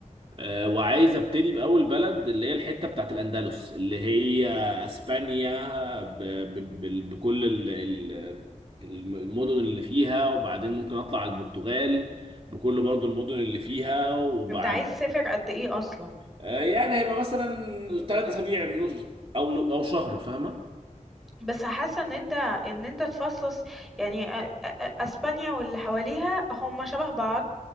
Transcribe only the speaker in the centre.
انت عايز تسافر قد ايه اصلا
بس حاسه ان انت ان انت تفصص يعني أ- أ- أ- اسبانيا واللي حواليها هم شبه بعض